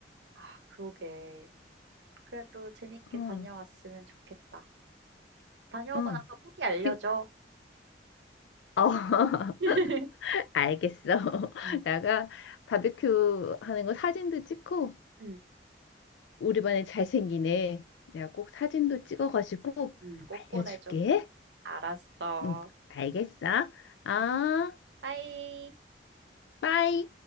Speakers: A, on the right (about 75°); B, on the left (about 80°).
A: 아, 그러게. 그래도 재밌게
B: 응,
A: 다녀왔으면 좋겠다. 다녀오고
B: 응.
A: 나서 후기 알려줘.
B: 비, 어, <laughs>
A: <laughs>
B: 알겠어.
A: 응,
B: <laughs> 내가 바비큐 하는 거 사진도 찍고
A: 응,
B: 우리 반에 잘생긴 애 내가 꼭 사진도 찍어가지고
A: 응. 꼭
B: 알려줄게.
A: 보내줘. 알았어.
B: 응, 알겠어. 아,
A: 음. 빠이.
B: 빠이.